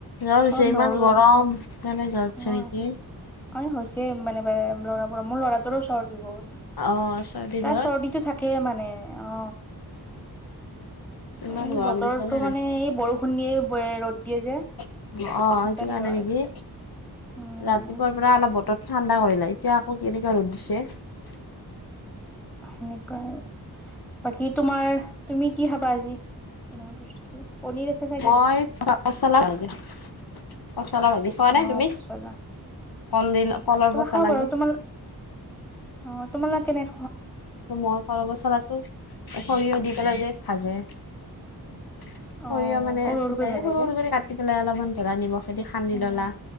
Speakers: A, on the left; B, in the centre.
A: জ্বৰ হৈছে
B: অলপ
A: ইমান
B: নহৰু,
A: গৰম সেইকাৰণে জ্বৰ উঠিছে
B: অ',
A: নেকি?
B: হৈছে মানে <unintelligible> লৰাবোৰৰ মোৰ ল'ৰাটোৰো চৰ্দি বহুত।
A: অ' চৰ্দি
B: তাৰ
A: জ্বৰ
B: চৰ্দিটো থাকেই মানে। অ
A: ইমান
B: এই
A: গৰম
B: বতৰটো
A: দিছে নে?
B: মানে এই বৰষুণ দিয়ে। ৰ'দ দিয়ে যে
A: অ', সেইটো
B: সেইকাৰণে
A: কাৰণে
B: বেমাৰ
A: নেকি?
B: হৈছে উম
A: ৰাতিপুৱাৰ পৰা অলপ বতৰ ঠান্ডা' কৰিলে, এতিয়া আকৌ কেনেকা ৰ'দ দিছে।
B: সেনেকুৱাই। কি তোমাৰ, তুমি কি খাবা আজি? তোমাৰ প্ৰস্তুতি পনীৰ আছে চাগে
A: মই চাত মছলা <unintelligible> পচলা ভাজি চোৱা
B: অ
A: নে তুমি?
B: পচলা
A: কল দিল কলৰ পচলা
B: খাওঁ বাৰু
A: যে।
B: তোমাৰ অ তোমালোক কেনেক
A: মই কল মচলাটো সৰিয়হ দি পেলাই যে ভাজে। সৰিয়হ
B: অ
A: মানে
B: সৰু সৰুকৈ
A: ফুতেৰে
B: ভাজে
A: সৰু
B: যে
A: সৰু কৰি কাটি পেলাই অলপমান ধৰা নিব খেতি খান্দি
B: উম
A: ললা